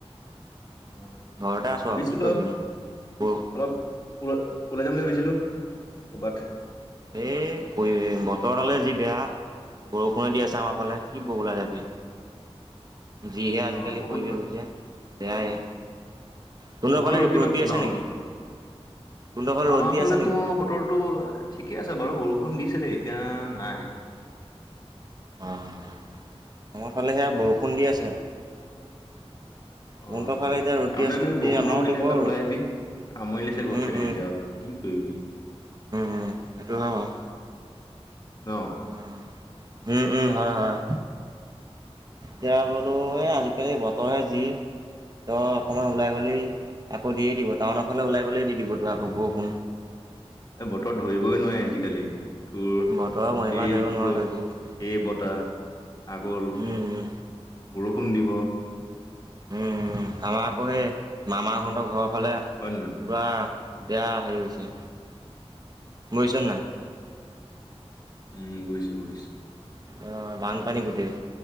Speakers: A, on the left; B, on the right.
A: অ',
B: ঘৰতে আছোঁ
A: ভাবিছিলোঁ
B: আৰু কি কৰিবিনো বৌ
A: অলপ ওল ওলাই যাম বুলি ভাবিছিলো ক'বাত।
B: এ কৰিলে বতৰ ডালে যি বেয়া। বৰষুণে দি আছে আমাৰ ফালে। কি বও ওলাই যাবি। যিহে
A: অ',
B: আজিকালি
A: বৰষুণটো
B: পৰিৱেশ হৈছে। বেয়াই তোহঁতৰ
A: অ বোলো
B: ফালে
A: ৰখি
B: ৰ'দ
A: লওঁক
B: দি আছে
A: ন।
B: নেকি তোহঁতৰ ফালে
A: আমাৰ
B: ৰ'দ দি
A: ফালেটো
B: আছে নেকি
A: বতৰটো ঠিকে আছে বাৰু বৰষুণ শুনিছোঁ দেই, এতিয়া নাই।
B: অ' মোৰ ফালে সেয়া বৰষুণ দি আছে। তোহঁতৰ
A: অ'
B: ফালে এতিয়া ৰ'দ
A: কাম
B: দি আছে
A: কৰিবি,
B: যদি
A: বৰষুণটো
B: আমাৰো
A: ৰখিলে
B: দিব
A: এপাক ওলাই
B: ৰ'দ
A: আহিবি। আমনি লাগিছে ঘৰত
B: উম
A: থাকি
B: উম
A: থাকি আৰু কি কৰিবি।
B: ও সেইটো হয় বাও।
A: অহ।
B: ও, উম, উম, হয়, হয়। দে বোলো এই আজিকালি বতৰহে যি। তই অকমান ওলাই গলেই আকৌ দিয়ে দিব। টাউনৰ ফালে ওলাই গ'লেই দি দিব তোৰ আকৌ বৰষুণ।
A: এ বতৰ ধৰিবই নোৱাৰি আজিকালি। তোৰ
B: বতৰৰ মহিমা
A: এই
B: ধৰিব নোৱাৰা
A: ৰ'দ,
B: তই আজিকালি
A: এই বতাহ। আগৰ
B: উম
A: বৰষুণ দিব।
B: উম, আমাৰ আকৌ সেই মামাহঁতৰ ঘৰৰ ফালে
A: নে নহয়?
B: কিবা বেয়া হেৰি হৈছে। বুইছ নাই?
A: উম বুজিছো, বুজিছো।
B: অ বানপানী গোটেই।